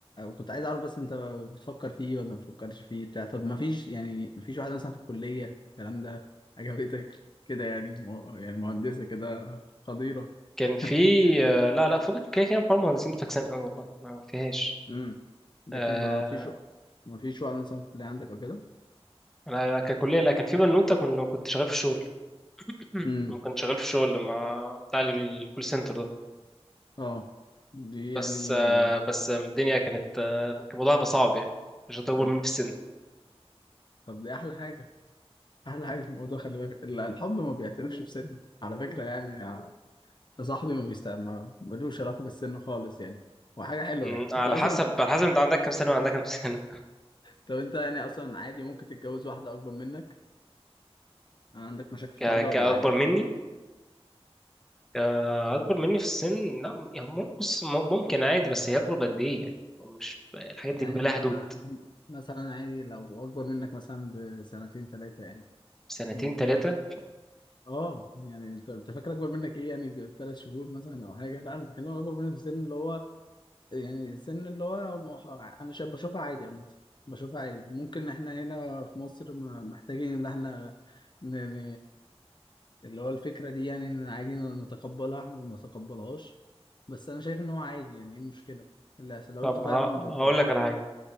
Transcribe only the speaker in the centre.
كان
في آه، لا لا فوق كده كده حوار المهندسين ده فاكسان قوي والله ما فيهاش
آه،
انا ككليه لا كان في بنوته كنت كنت شغال في الشغل <clears throat>
كنت شغال في الشغل مع بتاع الكول سنتر ده
بس
آه،
بس الدنيا كانت آه، كان الموضوع هيبقى صعب يعني مش هتطول
مني في السن
مم،
على
حسب على حسب انت عندك كام سنة وعندك كام سنة
<laughs>
ك...
كأكبر
مني كأكبر مني في السن لا يعني مم- بص مم- ممكن عادي بس هي أكبر بقد إيه يعني هو مش الحاجات
دي بيبقى لها
حدود
سنتين
ثلاثة
طب
ه... هقول
لك على حاجة